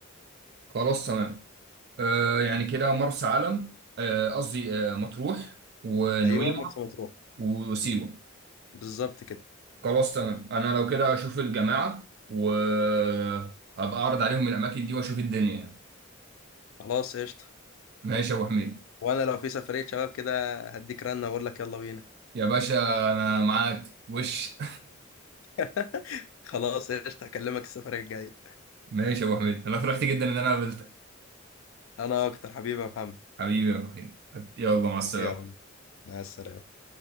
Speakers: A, on the right; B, on the left.
A: خلاص تمام آه يعني كده مرسى علم آه، قصدي آه مطروح ونويبع
B: أيوه مرسى مطروح
A: وسيوة
B: بالظبط كده
A: خلاص تمام انا لو كده اشوف الجماعة وابقى اعرض عليهم الاماكن دي واشوف الدنيا يعني
B: خلاص قشطة
A: ماشي يا ابو حميد
B: وانا لو في سفرية شباب كده هديك رنة واقول لك يلا بينا
A: يا باشا انا معاك وش
B: <laughs> خلاص قشطة هكلمك السفرية الجاية
A: <laughs> ماشي يا ابو حميد انا فرحت جدا ان انا قابلتك
B: انا اكتر حبيبي يا محمد
A: حبيبي يا ابو حميد يلا مع السلامة
B: يلا مع السلامة